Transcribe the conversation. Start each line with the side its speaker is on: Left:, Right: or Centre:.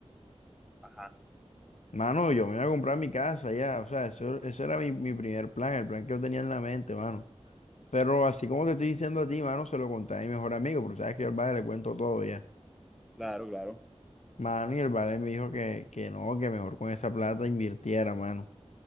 Centre: Ajá.
Left: Mano, yo me voy a comprar mi casa ya, o sea, eso, ese era mi, mi primer plan, el plan que yo tenía en la mente, mano. Pero así como te estoy diciendo a ti, mano, se lo conté a mi mejor amigo, pero sabes que yo al vale le cuento todo ya.
Centre: Claro, claro.
Left: Mano, y el vale me dijo que, que no, que mejor con esa plata invirtiera, mano.